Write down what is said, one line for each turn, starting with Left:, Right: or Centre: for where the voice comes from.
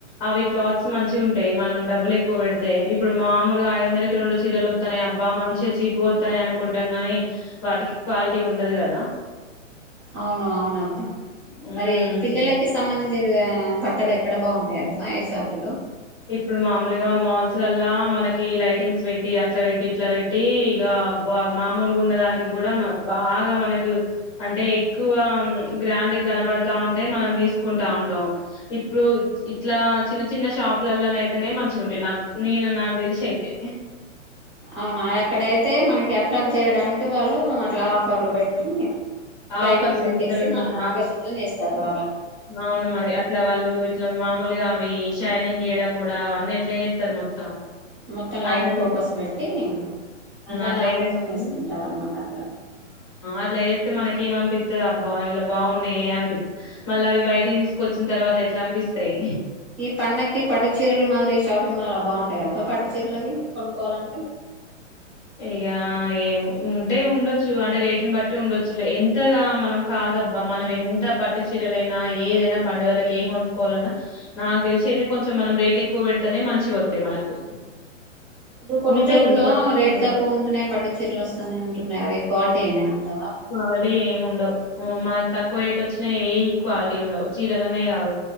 Left: అవి క్లాత్స్ మంచిగుంటాయి మనం డబ్బులు ఎక్కువ పెడితే ఇప్పుడు మామూలుగా ఐదువందలకి రెండు చీరలు వత్తనయి అబ్బా మంచిగా చీపుగా వత్తానయీ అన్నాడు అనుకుంటాం గానీ వాటికి క్వాలిటీ ఉండదు గదా
Right: అవును అవును అబ్బా
Left: హ్మ్.
Right: మరీ పిల్లలకి సంబంద్ దించి ఆ బట్టలు ఎక్కడ బాగుంటాయి అబ్బా ఏ షాపుల్లో
Left: ఇప్పుడు మామూలుగా మాల్స్లల్లా మనకి లైటింగ్స్ పెట్టి అట్లా పెట్టి ఇట్లా పెట్టి ఇగా మామూలుగా ఉన్న దానికి కూడా బాగా మనకు అంటే ఎక్కువ గ్రాండ్ కనబడుతాయింటాయి మనం తీసుకుంటా ఉంటాం ఇప్పుడు ఇట్లా చిన్న చిన్న షాప్ అప్పులలో అయితేనే మంచిగా ఉంటే నాకు నేన నాకు తెలిసి అయితే
Right: అవునా ఎక్కడైతే మనకి ఎట్లా చేయడానికి వాళ్ళు అట్లా ఆఫర్లు పెట్టి
Left: ఆఫర్స్
Right: లైటింగ్ పెట్టేసి
Left: వెతారు
Right: మనం
Left: మరి
Right: ఆకర్షితులను చేస్తారు వాళ్ళు
Left: అవును మరి అట్లా వాళ్ళు అట్లా మామూలుగా అవి షైనింగ్ ఇయడం కూడా అవన్నీ ఎట్లా చేస్తారు మొత్తం
Right: మొత్తం లైట్
Left: అట్లా
Right: ఫోకస్ పెట్టి అందాన్ని
Left: అట్లాడం
Right: ఆకర్షణ చేసుకుంటారు అనమాట అక్కడ
Left: అట్లా చేతే మనకి ఏమ అనిపిస్తుది అబ్బా ఇలా బాగున్నాయి అనిపిస్తు మళ్ళీ అవి బయటికి తీసుకొచ్చిన తర్వాత ఎట్లా అనిపిస్తాయి
Right: ఈ పండక్కి పట్టు చీరలు మాదిరి షాపింగ్ మాల్ బాగుంటాయి అబ్బా పట్టుచీరులకి కొను పోవాలంటే
Left: ఇక ఏ ఉంటే ఉండొచ్చు అంటే రేటుని బట్టి ఉండొచ్చు ఎంతగా మనం కాదబ్బా మనం ఎంత పట్టు చీరలైనా ఏదైనా పండుగలకి ఏం కొనుక్కోవాలన్నా నాకు తెలిసి అయితే కొంచెం మనం రేటు ఎక్కువ పెడితేనే మంచి వస్తాయి మనకు
Right: ఇప్పుడు కొన్ని
Left: ఉంటాయి
Right: చోట్ల
Left: పట్టు చీరలు
Right: రేట్ తక్కువ ఉంటేనే పట్టు చీరలు వస్తయి సన్నాయంట అవి క్వాలిటీ ఏనే అంటావా
Left: క్వాలిటీ ఏమి ఉండవు మనకు తక్కువ రేట్ వచ్చినా ఏ క్వాలిటీ ఉండవు చీరలనే కాదు